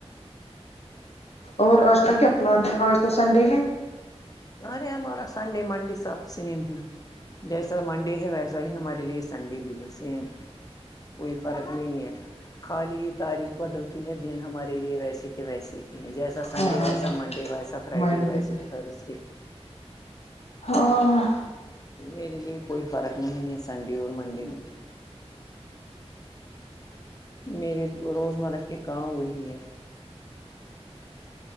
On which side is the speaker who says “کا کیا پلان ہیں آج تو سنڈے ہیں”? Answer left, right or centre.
Left